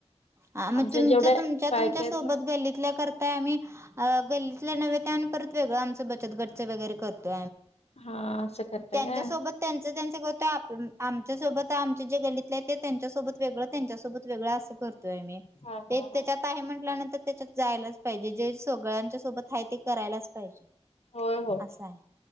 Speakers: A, on the right; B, on the left.
A: हा,
B: आमच्या
A: मग तुमचे
B: जेवढ्या
A: तुमच्या
B: बायका
A: तुमच्या
B: आहेत
A: सोबत
B: ना
A: गल्लीतल्या कर त आम्ही अ गल्लीतल्या नव्हे, त्या आणि परत वेगळं, आमच बचत गटच वगैरे करतो.
B: हा असं करताय
A: त्यांच्या
B: काय?
A: सोबत त्यांच त्यांच करतोय, आपण आमच्या सोबत आमचे जे गल्लीतले आहे ते त्यांच्यासोबत वेगळं, त्यांच्यासोबत वेगळं असं करत. तोय, आम्ही
B: हा हा
A: ते त्याच्यात.
B: हा
A: आहे. म्हटल्यानंतर त्याच्यात जायलाच पाहिजे जे सगळ्यांच्या सोबत आहे. ते करायलाच पाहिजे.
B: होय होय.
A: असं आहे.